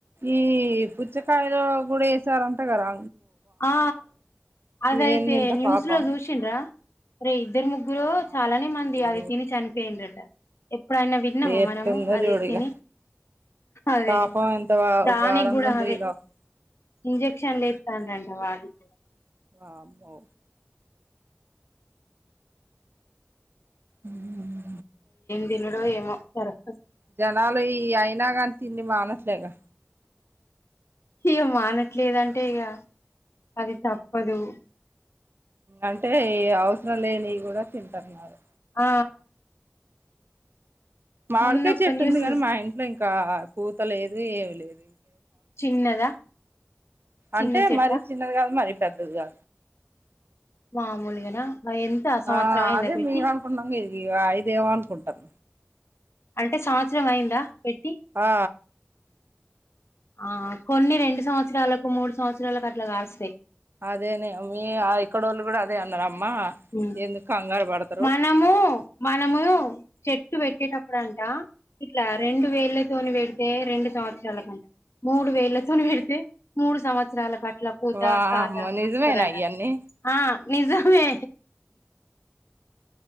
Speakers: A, on the right; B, on the left.
A: ఈ పుచ్చకాయలో గుడ ఏసారంట గరా.
B: ఆ అదయితే
A: ఏంది ఇంత
B: న్యూస్
A: పాపం
B: లో చూసిండ్రా? రే ఇద్దరు ముగ్గురో
A: ఆ
B: చాలానే
A: అయ్యో
B: మంది అది తిని చనిపోయిండ్రట. ఎప్పుడైనా విన్నము
A: ఎట్టుందో
B: మనము అది
A: చూడు
B: తిని
A: ఇగ
B: అదే,
A: పాపం ఎంత
B: దానికి
A: ఘోరంగా
B: కూడా
A: ఉందో
B: అది
A: ఈ లోకం
B: ఇంజెక్షన్లు ఇస్తాంరంట వాటికి
A: వామ్మో ఉమ్
B: దీనిలో ఏమో కరక్టు.
A: జనాలు ఈ అయినా గని తిండి మానట్లేగా.
B: ఇక మానట్లేదంటే ఇగ అది తప్పదు.
A: అంటే ఈ అవసరం లేనియి గుడ తింటరున్నారు.
B: ఆ
A: మాడికా
B: మొన్న ఒక
A: చెట్టుంది
B: న్యూస్
A: గనీ మా ఇంట్లో ఇంకా పూత లేదు, ఏమి లేదు
B: చిన్నదా చిన్న
A: అంటే
B: చెట్ట
A: మరి చిన్నది కాదు, మరి చదు గా
B: మామూలుగానా ఆ, ఎంత సంవత్సరం
A: ఆ
B: అయిందా
A: అదే
B: పెట్టి
A: మీవనుకున్నాం ఇది ఐదేమో అనుకుంటాం.
B: అంటే సంవత్సరం అయిందా పెట్
A: ఆ
B: ఆ కొన్ని రెండు సంవత్సరాలకు, మూడు సంవత్సరాలకు అట్ల కాస్తయి.
A: అదేనే మీ ఆ ఇక్కడోళ్ళు కూడ అదే అన్నరమ్మా
B: ఉమ్.
A: ఎందుకు కంగారు పడత్
B: మనము మనము చెట్టు పెట్టేటప్పుడ అంట ఇట్లా రెండు వేళ్లతోని పెడితే రెండు సంవత్సరాలకంట మూడు వేళ్లతోని పెడితే మూడు సంవత్సరాలక అట్ల పూత
A: వామ్మో
B: కాత
A: నిజమేనా
B: వస్తదట
A: ఇయన్నీ
B: ఆ నిజమే.